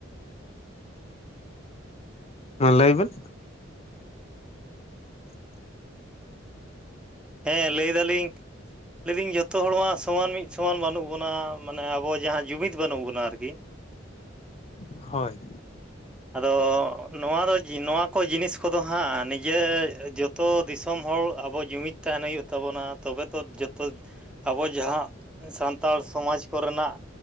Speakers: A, on the left (about 30°); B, in the centre.
A: ᱞᱟᱹᱭ ᱵᱮᱱ <unintelligible>
B: ᱦᱮᱸ ᱞᱟᱹᱭ ᱮᱫᱟ ᱞᱤᱧ ᱞᱟᱹᱭᱫᱟᱹᱧ ᱡᱷᱚᱛᱚ ᱦᱚᱲᱢᱟ ᱥᱚᱢᱟᱱ ᱞᱟᱭᱫᱤᱧ ᱡᱷᱚᱛᱚ ᱦᱚᱲ ᱢᱟ ᱥᱚᱢᱟᱱ ᱢᱤᱫ ᱥᱚᱢᱟᱱ ᱵᱟᱹᱱᱩᱜ ᱵᱚᱱᱟ᱾ ᱢᱟᱱᱮ ᱟᱵᱚ ᱡᱟᱦᱟᱸ ᱡᱩᱢᱤᱫ ᱵᱟᱹᱱᱩᱜ ᱵᱚᱱᱟ ᱟᱨᱠᱤ᱾
A: ᱦᱳᱭ᱾
B: ᱟᱫᱚ ᱱᱚᱣᱟ ᱫᱚ ᱱᱚᱣᱟ ᱠᱚ ᱡᱤᱱᱤᱥ ᱠᱚᱫᱚ ᱦᱟᱸᱜ ᱱᱤᱡᱮ ᱡᱚᱛᱚ ᱛᱚ ᱫᱤᱥᱚᱢ ᱦᱚᱲ ᱟᱵᱚ ᱡᱩᱢᱤᱫ ᱛᱟᱦᱮᱱ ᱦᱩᱭᱩᱜ ᱛᱟᱵᱚᱱᱟ ᱛᱚᱵᱮ ᱛᱚ ᱡᱚᱛᱚ ᱟᱵᱚ ᱡᱟᱦᱟᱸ ᱥᱟᱱᱛᱟᱲ ᱥᱚᱢᱟᱡ ᱠᱚᱨᱮᱱᱟᱜ